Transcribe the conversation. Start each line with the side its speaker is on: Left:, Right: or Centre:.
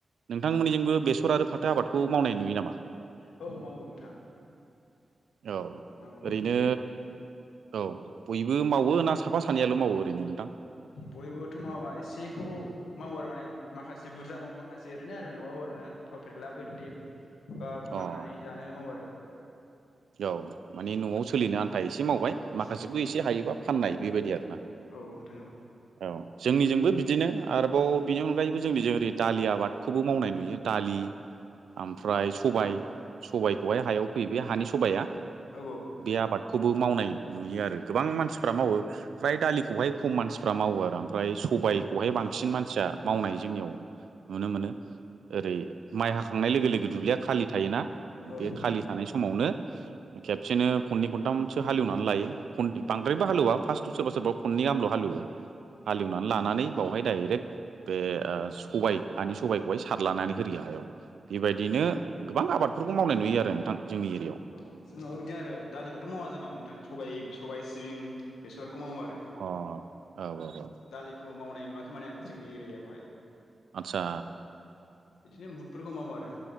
Right: नोंथां मोनिजोंबो बेसर आरो फाथो आबादखौ मावनाय नुयो नामा?
Left: औ मावो नोंथां
Right: औ
Left: मावो मोननैखौबो
Right: ओरैनो औ बयबो मावो ना साफा सानैयाल मावो ओरैनो नोंथां?
Left: बयबोथ' मावा एसेखौ मावो आरो माने माखासे बुरजा मावो माखासे ओरैनो आरो न'आव ओरैनो। थाव फेरला फेरलि बा फाननानै
Right: अ
Left: जानो मावो आरो।
Right: औ माने न'आव सोलिनो आन हाथाय एसे मावबाय
Left: आरो औ सोलिनो
Right: माखासेबो
Left: आन्था
Right: एसे हायोबा फाननाय बेबायदि आरो ना
Left: औ नोंथां औ
Right: औ। जोंनिजोंबो बिदिनो आरोबाव बिनि अनगायैबो जोंनिजों ओरै दालि आबादखौबो मावनाय नुयो दालि। ओमफ्राय
Left: औ
Right: सबायइ सबायाइखौहाय हायाव फैयो बे हानि सबाइआ
Left: औ
Right: बे आबाद खौबो मावनाय नुयो आरो गोबां मानसिफोरा मावो फ्राय दालिखौहाय खम मानसिफोरा मावो आरो। ओमफ्राय सबायखौहाय बांसिन मान फिसा मावनाय जोंनियाव नुनो मोनो ओरै माइ हा बोखांनाय लोगो लोगो दुब्लिया खालि थायोना
Left: औ
Right: बे खालि थानाय समावनो खेबसेनो खनै खनथामसो हालेवनानै लायो <unintelligible> बांद्रायबो हालोवा फार्स्ट सोरबा सोरबा खनै गामल' हा हालेवो हालेवनानै
Left: औ
Right: लानानै बावहाय डाइरेक्ट बे ओ सबाय हानि सबाइखौहाय सारलानानै होरियो हायाव। बेबायदिनो
Left: औ
Right: गोबां आबादफोरखौ मावनाय नुयो आरो नोंथां जोंनि एरियायाव।
Left: औ औ जोंनावबो बिदिनो आरो दालिखौथ' मावा जोंनाव नोंथां सबाय सबाय सिबिं बेसर खौ मावो आरो।
Right: अ औ औ औ
Left: दालिखौ मावनाय नुवाखै माने आं जोंनि एरियायावहाय।
Right: आच्छा।
Left: बिदिनो बुटफोरखौ मावो आरो